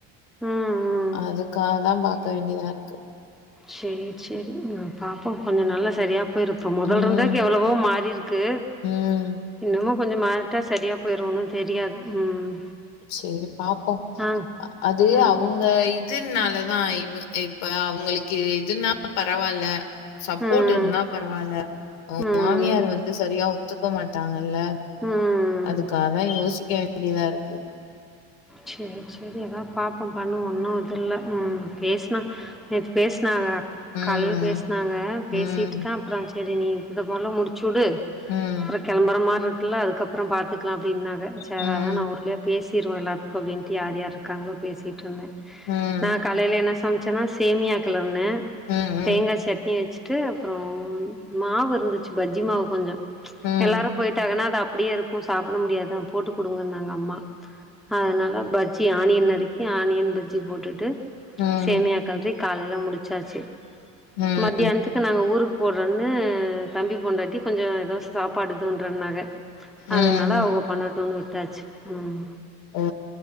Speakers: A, in the centre; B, on the left.
A: ம் ம்
B: அதுக்காதா பாக்க வேண்டிதா இருக்கு
A: சேரி சேரி ம் பாப்போ கொஞ்ச நல்லா சரியா பொ யிருக்கு மொதல்
B: ம்
A: இருந்தர்க்கு எவ்ளவோ மாறி இருக்கு
B: ம்
A: இன்னமு கொஞ்ச மாறிட்டா சரியா பொயிரு ஒன்னு தெரியாது ம்
B: சேரி பாப்போ
A: ஆ
B: அது
A: ம்
B: அவுங்க இ துனாலதா இவ இப்ப அவுங்ளுக்கு இதுனாலு பரவால சப்போர்ட்
A: ம்
B: இருந்தா பரவால்ல அவங்க
A: ம்
B: மாமியார் வந்து சரியா ஒத்துக்க மாட்டாங்கல்ல
A: ம்
B: அதுக்காதா
A: ம்
B: யோசிக்க வேண்டிதா இருக்கு
A: சேரி சேரி எதா பாப்போ பண்ணுவோ இன்னோ இது இல்ல ம் பேசுனா பேசுனாங்க
B: ம்
A: கால்ல பேசுனாங்க
B: ம்
A: பேசிட்டு தா அப்றோ செரி இந்த மார்லா முடிச்சுடு
B: ம்
A: கெளம்பற மாரி இருகில்ல அதுக்கப்றோ பாத்துக்லா அப்டின்னாங்க சேர்
B: ம்
A: அதா நா ஒர்ளே பேசிர்வேல அப் அப்டின்ட்டு யார் யார் இருக்காங்களோ பேசிட்ருந்தே
B: ம் ம்
A: நா காலைல என்னா சமச்சேனா சேமியா கெளர்னே
B: ம்
A: தேங்கா சட்னி வச்சி ட்டு அப்றோ மாவு இருந்துச்சி பஜ்ஜி மாவு கொஞ்சோ
B: ம்
A: எல்லாரு பொயிட்டாங்கன்னா அது அப்டியே இருக்கு சாப்ட முடியாதா போட்டு குடுங்கனாங்க அம்மா அதனால பஜ்ஜி ஆனியன் நறுக்கி ஆனியன் பஜ்ஜி போட்டுட்டு
B: ம்
A: சேமியா கல்றி காலைல முடிச்சாச்சி
B: ம்
A: மத்தியானத்துக்கு நாங்க ஊருக்கு போறோன்னு தம்பி பொண்டாட்டி கொஞ்ச எதோ சாப் பாடுதுன்றனாக அதனால
B: ம்
A: அவங்க பண்ணட்டுன் விட்டாச்சி ம்
B: ஓ